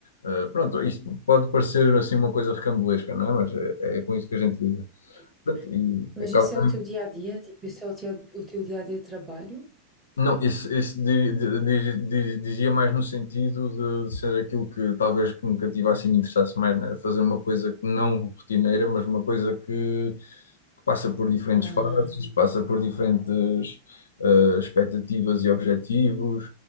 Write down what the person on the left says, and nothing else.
eh, pronto, isto pode parecer assim uma coisa recambolesca, não é? Mas é, é com isso que a gente lida.
Pronto, e
acaba
também
não, esse, esse di- di- di- di- dizia mais no sentido de ser aquilo que talvez que me cativasse e me interessasse mais, né? Fazer uma coisa que não rotineira, mas uma coisa que, que passa por diferentes
fases, passa por diferentes eh, expectativas e objetivos,